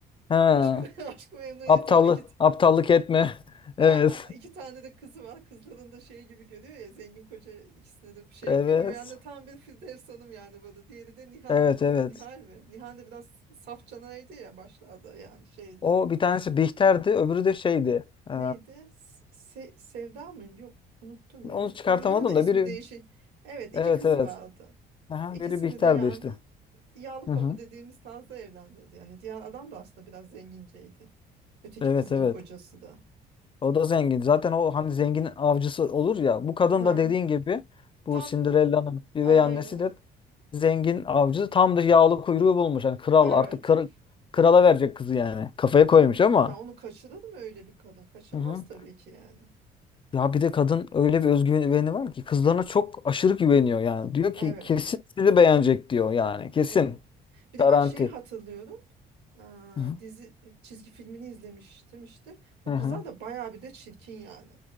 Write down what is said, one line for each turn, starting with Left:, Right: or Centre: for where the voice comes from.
Left: Ha,
Right: Aşkı, <laughs> aşkı Memnu'ya
Left: aptallı,
Right: tam iki, t-
Left: aptallık etme. <laughs>
Right: ay,
Left: Evet.
Right: ay- iki tane de kızı var. Kızların da şey gibi görüyor ya zengin koca ikisine de bir şey
Left: Evet.
Right: yapayım. Üvey anne tam bir Firdevs Hanım yani burada. Diğeri de Nihal.
Left: Evet, evet.
Right: Nihal mi? Nihal de biraz saf canaydı ya başlarda yani şeydi.
Left: O bir tanesi Bihter'di, öbürü de şeydi. Ee,
Right: Neydi? Se- Sevda mıydı? Yok unuttum ya.
Left: onu çıkartamadım
Right: Yo- yo, Onun da ismi
Left: da biri
Right: değişik. Evet iki
Left: Evet,
Right: kızı
Left: evet.
Right: vardı.
Left: Aha,
Right: İkisini
Left: biri Bihter'di
Right: de yani
Left: işte.
Right: yağlı
Left: Hı
Right: kapı
Left: hı.
Right: dediğimiz tarzda evlendirdi. Yani diğer adam da aslında biraz zenginceydi. Öteki
Left: Evet,
Right: kızının
Left: evet.
Right: kocası da.
Left: O da zengin. Zaten o hani zengin avcısı olur ya. Bu kadın
Right: Ha.
Left: da dediğin gibi bu
Right: Tam
Left: Cinderella'nın
Right: bi-
Left: üvey
Right: aynen.
Left: annesi de zengin avcı. Tam da yağlı kuyruğu bulmuş. Yani kral
Right: Evet.
Left: artık kral, krala verecek kızı yani. Kafaya koymuş
Right: Tabii
Left: ama.
Right: ya onu kaçırır mı öyle bir kadın? Kaçırmaz
Left: Hı hı.
Right: tabii ki yani.
Left: Ya bir de kadın öyle bir özgüveni var ki kızlarına çok aşırı güveniyor yani. Diyor
Right: Evet.
Left: ki kesin sizi beğenecek diyor yani. Kesin.
Right: Evet. Bir de
Left: Garanti.
Right: ben şeyi hatırlıyorum. Aa,
Left: Hı hı.
Right: dizi çizgi filmini izlemiştim işte. O
Left: Hı
Right: kızlar
Left: hı.
Right: da bayağı bir de çirkin yani.